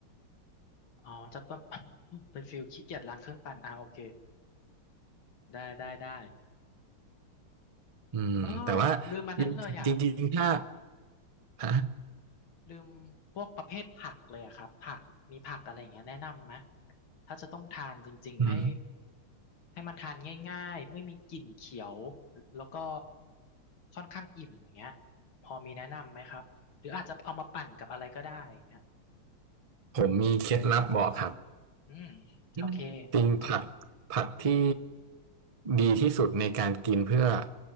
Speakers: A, on the left; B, on the right.
A: อ๋อ จะเป็น <coughs> <laughs> เป็นฟิลขี้เกียจล้างเครื่องปั่นอ่าโอเคได้ได้ได้
B: อืมแต่ว่า
A: เออลืมอันนั้นเลยอ่ะ
B: จริงๆถ้าฮะ
A: ลืมพวกประเภทผักเลยอะครับผักมีผักอะไรอย่างเงี้ยแนะนำไหม ถ้าจะต้องทานจริงๆให้
B: อืม
A: ให้มันทานง่ายๆ ไม่มีกลิ่นเขียวแล้วก็ค่อนข้างอิ่มอย่างเงี้ยพอมีแนะนำไหมครับ หรืออาจจะเอามาปั่นกับอะไรก็ได้อย่างเงี้ย
B: ผมมีเคล็ดลับบอกครับ
A: อืม
B: อืมจริงผักผักที่
A: โอเคจด
B: ดีที่สุดในการกินเพื่อ